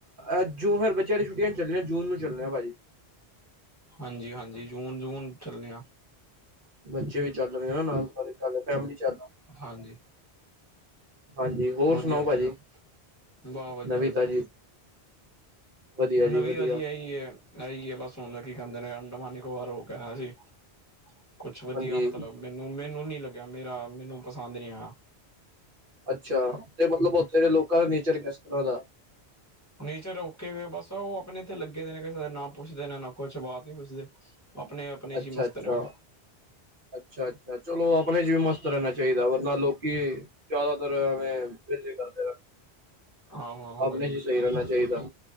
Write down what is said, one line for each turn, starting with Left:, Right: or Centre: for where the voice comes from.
Right: ਅ ਜੂ, ਫੇਰ ਬੱਚੇਆਂ ਦੀ ਛੁਟੀਆਂ ਚੱਲਨੇ ਆਂ ਜੂਨ ਨੂੰ ਚੱਲਨੇ ਆ ਭਾਜੀ।
Left: ਹਾਂਜੀ, ਹਾਂਜੀ ਜੂਨ, ਜੂਨ ਚੱਲਨੇ ਆ।
Right: ਬੱਚੇ ਵੀ ਚੱਲ ਰੇਨਾ ਨਾਲ, ਸਾਰੇ ਚੱਲ ਫੈ਼ਮਲੀ ਚੱਲ
Left: ਹਾਂਜੀ।
Right: ਹਾਂਜੀ ਹੋਰ
Left: ਵਧੀਆ
Right: ਸੁਣਾਓ ਭਾਜੀ
Left: ਜਗ੍ਹਾ ਵਾਹ ਵਧੀਆ
Right: ਨਵੀ ਤਾਜੀ। ਵਧੀਆ
Left: ਨਵੀਰਾ
Right: ਵਧੀਆ
Left: ਜੀ ਐਈ ਐ, ਐਈ ਆ ਬਸ ਹੁਣ ਕੀ ਕਹਿੰਦੇ ਨੇ ਅੰਡਮਾਨ ਨੀਕੋਵਾਰ ਉਹ ਕਿਹਾ ਸੀ ਕੁਛ ਵਧੀਆ
Right: ਹਾਂਜੀ
Left: ਮਤਲਬ ਮੈਨੂੰ-ਮੈਨੂੰ ਨੀ ਲੱਗਿਆ ਮੇਰਾ ਮੈਨੂੰ ਪਸੰਦ ਨੀ ਆਇਆ।
Right: ਅੱਛਾ ਤੇ ਮਤਲਬ ਉੱਥੇ ਦੇ ਲੋਕਾਂ ਦਾ ਨੇਚਰ ਕਿਸ ਤਰ੍ਹਾਂ ਦਾ
Left: ਨੇਚਰ ਓਕੇ ਵੇ ਬਸ ਉਹ ਆਪਣੇ ਇੱਥੇ ਲੱਗੇ ਦੇ ਨੇ ਕਿਸੇ ਨਾ ਪੁੱਛਦੇ ਨੇ ਨਾ ਕੁਛ ਬਾਤ ਨੀ ਪੁੱਛਦੇ ਆਪਣੇ ਆਪਣੇ
Right: ਅੱਛਾ-ਅੱਛਾ
Left: ਚ ਹੀ ਮਸਤ ਨੇ ਉਹ
Right: ਅੱਛਾ-ਅੱਛਾ ਚਲੋ ਆਪਣੇ ਚ ਵੀ ਮਸਤ ਰਹਿਣਾ ਚਾਹੀਦੈ ਵਰਨਾ ਲੋਕੀ ਜ਼ਿਆਦਾਤਰਵੇਂ ਫਿਲ ਕਰਦੇ ਰ
Left: ਆਹੋ ਆਹੋ
Right: ਆਪਣੇ
Left: ਭਾਜੀ
Right: ਚ ਸਹੀ ਰਹਿਣਾ ਚਾਹੀਦਾ।